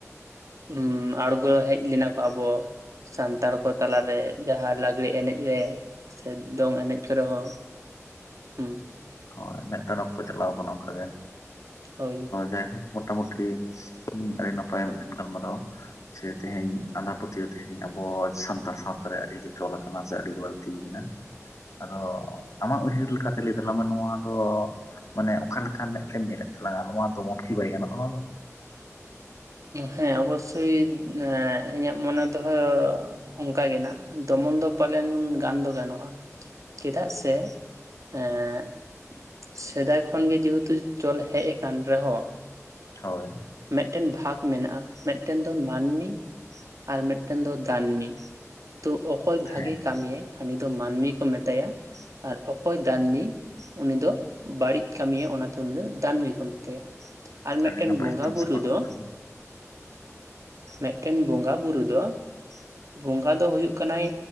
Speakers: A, on the right; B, on the left.
A: ᱩᱸ ᱟᱬᱜᱚ ᱦᱮᱡ ᱞᱮᱱᱟ ᱠᱚ ᱟᱵᱚ ᱥᱟᱱᱛᱟᱲ ᱠᱚ ᱛᱟᱞᱟᱨᱮ᱾ ᱡᱟᱦᱟᱸ ᱞᱟᱜᱽᱲᱮ ᱮᱱᱮᱡ ᱨᱮ, ᱥᱮ ᱫᱚᱝ ᱮᱱᱮᱡ ᱠᱚᱨᱮ ᱦᱚᱸ᱾ ᱦᱩᱸ
B: ᱦᱳᱭ ᱢᱤᱫᱴᱟᱱ ᱚᱠᱛᱚ ᱪᱟᱞᱟᱣ ᱠᱟᱱᱟ ᱚᱱᱠᱟ ᱜᱮ᱾
A: ᱦᱳᱭ
B: ᱡᱟᱭᱦᱳᱠ ᱢᱟᱴᱟᱢᱩᱴᱤ ᱟᱹᱰᱤ ᱱᱟᱯᱟᱭ ᱢᱤᱫᱴᱮᱱ ᱜᱟᱞᱢᱟᱨᱟᱣ᱾ ᱥᱮ ᱛᱮᱦᱮᱧ ᱟᱸᱫᱷᱟ ᱯᱟᱹᱛᱭᱟᱹᱣ ᱛᱮᱦᱮᱧ ᱟᱵᱚ ᱥᱟᱱᱛᱟᱲ ᱥᱟᱶᱛᱟ ᱨᱮ ᱟᱹᱰᱤᱜᱮ ᱪᱚᱞ ᱟᱠᱟᱱᱟ, ᱥᱮ ᱟᱹᱰᱤᱜᱮ ᱵᱟᱲ ᱛᱤ ᱭᱮᱱᱟ᱾ ᱟᱫᱚ ᱟᱢᱟᱜ ᱩᱭᱦᱟᱹᱨ ᱞᱮᱠᱟᱛᱮ ᱞᱟᱹᱭ ᱛᱟᱞᱟᱝ ᱢᱮ ᱱᱚᱣᱟ ᱫᱚ ᱢᱟᱱᱮ ᱚᱠᱟ ᱞᱮᱠᱟ ᱢᱮᱫ ᱛᱮᱢ ᱧᱮᱞᱮᱫ ᱛᱟᱞᱟᱝᱼᱟ᱾ ᱱᱚᱣᱟ ᱛᱩᱱᱠᱷᱤ ᱵᱟᱭ ᱜᱟᱱᱚᱜᱼᱟ ᱱᱚᱣᱟ ᱫᱚ?
A: ᱦᱮᱸ ᱚᱵᱚᱥᱥᱳᱭ ᱤᱧᱟᱹᱜ ᱢᱚᱱᱮ ᱫᱚᱦᱚ ᱚᱱᱠᱟ ᱜᱮ ᱦᱟᱸᱜ, ᱫᱚᱢᱚᱱ ᱫᱚ ᱯᱟᱞᱮᱱ ᱜᱟᱱ ᱫᱚ ᱜᱟᱱᱚᱜᱼᱟ᱾ ᱪᱮᱫᱟᱜ ᱥᱮ ᱮᱸᱻᱜ ᱥᱮᱫᱟᱭ ᱠᱷᱚᱱᱜᱮ ᱡᱮᱦᱮᱛᱩ ᱪᱚᱞ ᱦᱮᱡ ᱟᱠᱟᱱ ᱨᱮᱦᱚᱸ
B: ᱦᱚᱭ᱾
A: ᱢᱤᱫᱴᱮᱱ ᱵᱷᱟᱜᱽ ᱢᱮᱱᱟᱜ-ᱟ ᱢᱤᱫᱴᱮᱱ ᱫᱚ ᱢᱟᱱᱢᱤ᱾ ᱟᱨ ᱢᱤᱫᱴᱮᱱ ᱫᱚ ᱫᱟᱱᱢᱤ᱾ ᱛᱚ ᱚᱠᱚᱭ ᱵᱷᱟᱜᱮ
B: ᱦᱮᱸ
A: ᱠᱟᱢᱤᱭᱟᱭ ᱦᱟᱹᱱᱤ ᱫᱚ ᱢᱟᱱᱢᱤ ᱠᱚ ᱢᱮᱛᱟᱭᱟ᱾ ᱟᱨ ᱚᱠᱚᱭ ᱫᱟᱱᱢᱤ ᱩᱱᱤ ᱫᱚ ᱵᱟᱲᱤᱡ ᱠᱟᱹᱢᱤᱭᱟ ᱚᱱᱟᱛᱮ ᱩᱱᱤ ᱫᱚ ᱫᱟᱱᱢᱤ ᱠᱚ ᱢᱮᱛᱟᱭᱟ᱾ ᱟᱨ ᱢᱤᱫᱴᱮᱱ
B: ᱟᱹᱰᱤ ᱱᱟᱯᱟᱭ
A: ᱵᱚᱸᱜᱟ
B: ᱮᱠᱫᱚᱢ
A: ᱵᱩᱨᱩ
B: ᱥᱟᱯᱟᱵ ᱠᱟᱜ
A: ᱫᱚ
B: ᱠᱟᱱᱟ
A: ᱢᱮᱫᱴᱮᱱ ᱵᱚᱸᱜᱟ ᱵᱩᱨᱩ ᱫᱚ ᱵᱚᱸᱜᱟ ᱫᱚ ᱦᱳᱭᱳᱜ ᱠᱟᱱᱟᱭ